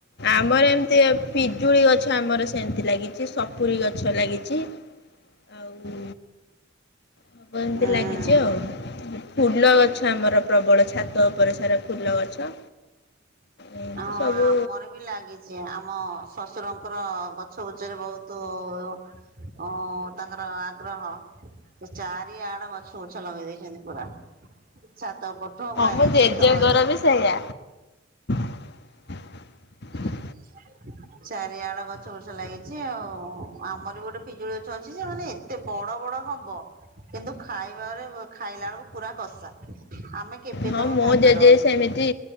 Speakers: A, on the left; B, on the right.
A: ଆମର ଏମିତି ପିଜୁଳି ଗଛ ଆମର ସେମିତି ଲାଗିଛି ସପୁରୀ ଗଛ ଲାଗିଛି ଆଉ ସବୁ ଏମିତି
B: ହୁଁ
A: ଲାଗିଛି ଆଉ ଫୁଲ ଗଛ ଆମର ପ୍ରବଳ ଛାତ ଉପରେ ସାରା ଫୁଲ ଗଛ। ଏମିତି
B: ହଁ
A: ସବୁ
B: ଆମର ବି ଲାଗିଛି ଆମ ଶଶୁରଙ୍କର ଗଛ ବଛରେ ବହୁତ ଉଁ ତାଙ୍କର ଆଗ୍ରହ। ସେ ଚାରିଆଡ ଗଛ ବୁଛ ଲଗେଇ ଦେଇେଇଛନ୍ତି ପୁରା ଛାତ ଉପ ହଁ ବାରିଯାଏ
A: ମୋ ଜେଜେଙ୍କର
B: ତଳ ଯାଏ
A: ବି ସେଇଆ <unintelligible>
B: <unintelligible> ଚାରିଆଡେ ଗଛ ଫଛ ଲାଗିଛି ଆଉ ଆମର ବି ଗୋଟେ ପିଜୁଳି ଗଛ ଅଛି ଯେ ମାନେ ଏ ଏତେ ବଡ ବଡ ହବ କିନ୍ତୁ ଖାଇବାରେ ଖାଇଲା ବେଳକୁ ପୁରା କଷା ଆମେ କେବେ
A: ହଁ
B: ତାକୁ
A: ମୋ
B: ଖାଇପାରୁନି
A: ଜେଜେ ବି ସେମିତି